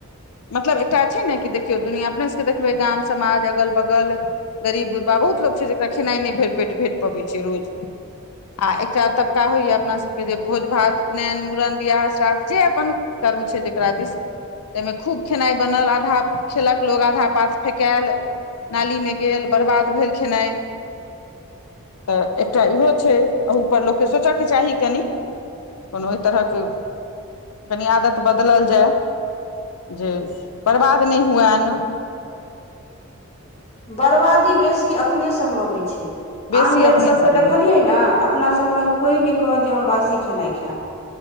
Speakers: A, on the left; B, on the left.
A: मतलब एकटा छै ने कि देखियौ दुनिआँ अपने सभ केँ देखबै, गाव, समाज, अगल-बगल, गरीब गुरबा बहुत लोक छै, जकरा खेनाइ नहि भेटेट भेट पबै छै, रोज आ एकटा तबका होइए अपना सभके जे भोज भात उपनयन मूड़न बियाह श्राद्ध जे अपन कर्म छै जकरा दिस एहिाहिमे खूब खेनाइ बनल, आधा खेलक लोक आधा पास फेकायल नाली मे गेल बर्बाद भेल, खेनाइ तऽ एकटा इहो छै एहूपर लोक केँ सोचय के चाही, कनि कोनो ओहि तरह के कनि आदत बदलल जाय। जे बर्बाद नहि हुएन्न
B: बर्बादी बेसी अपने से सभ मे होइ छै।
A: बेसी
B: आन जाति
A: अपने
B: सभकेँ
A: सब
B: देखलियै
A: नहि होइया
B: ने अपना सबमें कोइ नहि कहत जे हम। बासी खेनाइ खायब।